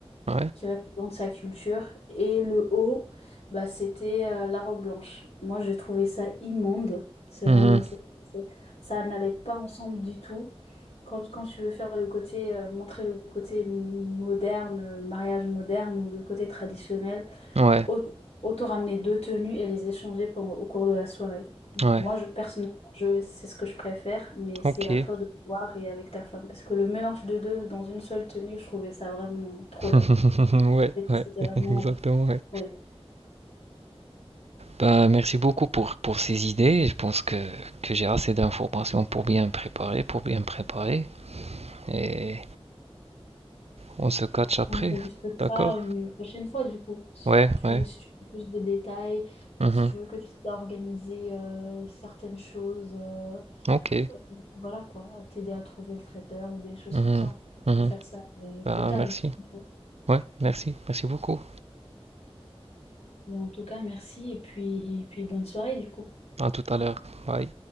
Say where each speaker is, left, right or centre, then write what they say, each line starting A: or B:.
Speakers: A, on the right; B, on the left.
A: Ouais.
B: qui représentent sa culture. Et le haut, bah, c'était euh, la robe blanche. Moi, j'ai trouvé ça immonde. C'est vraiment
A: Mhm.
B: ça. Ça n'allait pas ensemble du tout. Quand, quand tu veux faire le côté, euh, montrer le côté moderne, euh, mariage moderne ou le côté traditionnel,
A: Ouais.
B: au- Autant ramener deux tenues et les échanger pendant- au cours de la soirée.
A: Ouais.
B: Moi, je, personnellement, je, c'est ce que je préfère, mais c'est
A: Ok.
B: à toi de voir et avec ta femme. Parce que le mélange de deux dans une seule tenue, je trouvais ça vraiment trop
A: <laughs>
B: laid.
A: Ouais.
B: Et
A: Ouais.
B: C'était
A: <laughs>
B: vraiment
A: Exactement. Ouais.
B: horrible.
A: Bah, merci beaucoup pour, pour ces idées. Je pense que, que j'ai assez d'informations pour bien me préparer, pour bien me préparer. Et on se catch après.
B: On enregistrera
A: D'accord?
B: une prochaine fois, du coup, si
A: Ouais.
B: tu
A: Ouais.
B: veux, si tu veux plus de détails,
A: Mhm.
B: si tu veux que je t'aide à organiser euh, certaines choses, euh,
A: Ok.
B: euh, voilà quoi, à t'aider à trouver le traiteur ou des choses
A: Mhm.
B: comme ça.
A: Mhm.
B: On peut faire ça euh,
A: Bah,
B: plus tard,
A: merci.
B: une prochaine fois.
A: Ouais. Merci. Merci beaucoup.
B: Bon, en tout cas, merci et puis, et puis bonne soirée du coup.
A: À tout à l'heure. Bye.